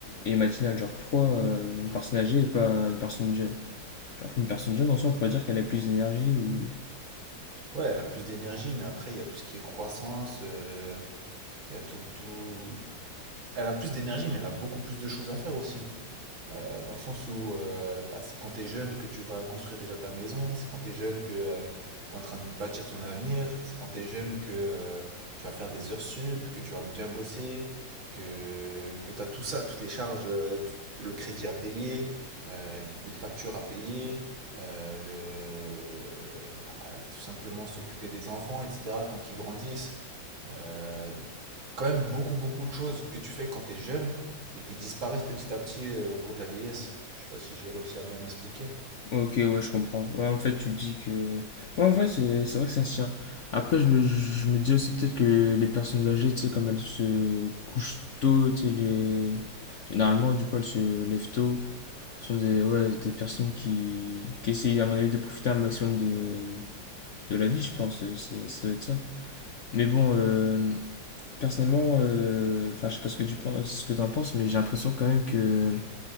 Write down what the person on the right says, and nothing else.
Ouais, elle a plus d'énergie, mais après, il y a tout ce qui est croissance, euh, il y a tout, tout... Elle a plus d'énergie, mais elle a beaucoup plus de choses à faire aussi, hein. euh, dans le sens où euh, bah, c'est quand t'es jeune que tu vas construire déjà ta maison, c'est quand t'es jeune que euh, t'es en train de bâtir ton avenir, c'est quand t'es jeune que euh, tu vas faire des heures sup, que tu vas bien bosser, que, que t'as tout ça, toutes les charges, euh, tout- le crédit à payer, euh, les factures à payer, euh, le, bah, tout simplement s'occuper des enfants, etc., le temps qu'ils grandissent euh, quand même beaucoup, beaucoup de choses que tu fais quand tu es jeune et qui disparaissent petit à petit euh, au cours de la vieillesse. Je sais pas si j'ai réussi à bien m'expliquer.